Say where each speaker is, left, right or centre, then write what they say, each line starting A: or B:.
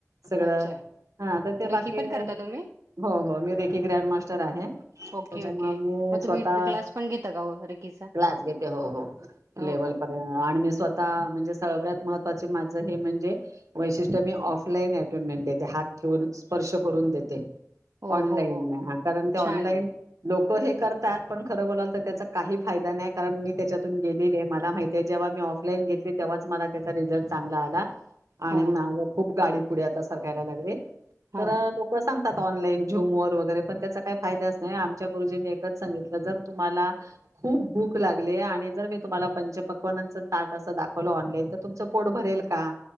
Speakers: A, on the right; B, on the right.
A: सगळं
B: अच्छा
A: हा तर ते बाकी
B: रेकी पण करता तुम्ही
A: हो हो मी देखील ग्रँड मास्टर आहे. त्याच्यामुळ
B: ओके ओके
A: मी
B: मग
A: स्वतः
B: तुम्ही क्लास पण घेता का हो रेकीचा
A: क्लास घेते हो हो <unintelligible>
B: हो का
A: आणि मी स्वतः म्हणजे सगळ्यात महत्त्वाचे माझ हे म्हणजे वैशिष्ट्य मी ऑफलाईन अटोन मेंट देते हात ठेवून स्पर्श करून देते.
B: हो
A: ऑनलाईन
B: हो हो
A: हा कारण ते ऑनलाईन
B: छान आहे ना
A: लोकं हे करतात पण खरं बोलाल तर त्याचा काही फायदा नाही कारण मी त्याच्यातून गेलेलली आहे मला माहित ते जेव्हा मी ऑफलाईन घेतली तेव्हाच मला त्याचा रिझल्ट चांगला आला आणि
B: हा
A: माझ खूप गाडी पुढे आता सारखायला लागले
B: हा
A: तर लोक सांग त्यात ऑनलाईन झूम वर वगैरे पण त्याचा काही फायदाच नाही आमच्या गुरुजींनी एकच सांगितलं जर तुम्हाला खूप भूक लागली आहे आणि जर मी तुम्हाला पंच पक् पक्वानाच ताट अस दाखवलं ऑनलाईन तर तुमचं पोट भरेल का